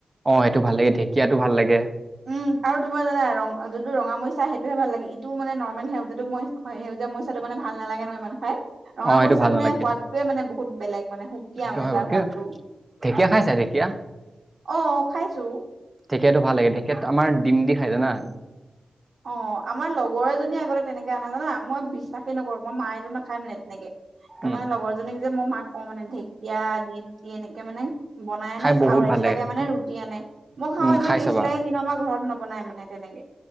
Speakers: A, on the right; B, on the right.
A: অ'সেইটো ভাল লাগে। ঢেকীয়াটো ভাল লাগে।
B: উম, আৰু তোমাৰ জানা, ৰং যোনটো ৰঙা মৰিচা সেইটো তোহে ভাল লাগে, ইটো মানে নৰ্মেল সেউজতটো মই হয় মই টো মানে ভাল নালাগে ন ইমান খাই, ৰঙা
A: অ সেইটো
B: মৰিচাৰ
A: ভাল
B: মানে
A: নালাগে সেইটো
B: সোৱাদটয়োনে বহু বেলেগ মানে সুকীয়া
A: সেইটো
B: মানে
A: হয়
B: তাৰ
A: বাৰু
B: সোৱাদটো,
A: কিন্তু ঢেকীয়া খাইছা ঢেকীয়া
B: অ', খাইছোঁ।
A: ঢেকীয়াটো ভাল লাগে, ঢেকীয়াত আমাৰ ডিম দি খায় জানা?
B: অ', আমাৰ লগৰ এজনী আগতে তেনেকৈ আনে জানা? মই বিশ্বাসেই নকৰোঁ, মই মায়তো নাখায় মানে তেনেকৈ। ত'
A: উম
B: মানে লগৰজনীক যে মই মাক কওঁ, মানে ঢেকীয়া দিম দি এনেকে মানে বনাই আনে
A: খাই বহুত
B: আৰু
A: ভাল
B: এক্সট্ৰাকে
A: লাগে
B: মানে
A: তুমি
B: ৰুটি আনে, মই খাওঁ,
A: উম
B: ইমান
A: খাই
B: টেষ্টি
A: চাবা
B: লাগে, কিন্তু আমাৰ ঘৰত নবনাই মানে তেনেকে।